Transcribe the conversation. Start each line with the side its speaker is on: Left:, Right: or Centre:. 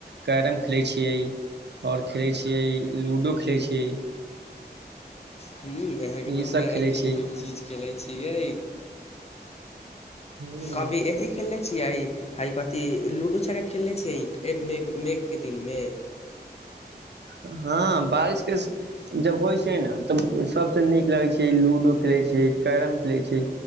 Right: कैरम खेलै छियै, आओर खेलै छियै लूडो खेलै छियै
Left: हां अहाँके
Right: इहे
Left: त
Right: सब
Left: बड़ा
Right: खेलै
Left: नीक
Right: छियै
Left: नीक चीज खेलै छियै।
Right: हूं
Left: कभी अथी खेलले छियै हय कथी लूडो छक्का खेलले छियै मेघ के दिन मे?
Right: हं। हां बारिशके जब होइ छै ने त सभसँ नीक लगैत छै लूडो खेलै छियै, कैरम खेलै छियै